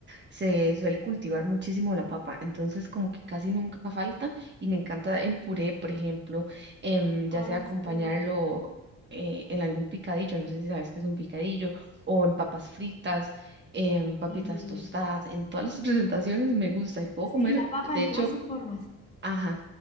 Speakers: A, on the right; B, on the left.
A: se suele cultivar muchísimo la papa, entonces como que casi nunca falta y me encanta en puré, por ejemplo, em, ya
B: Ay,
A: sea acompañarlo
B: sí.
A: eh, en algún picadillo, no sé si sabes qué es un picadillo, o en papas fritas, en papitas
B: Y
A: tostadas, en todas las <laughs> presentaciones me gusta y puedo comer,
B: sí, la papa
A: de
B: en
A: hecho,
B: todas sus formas. <laughs>
A: Ajá.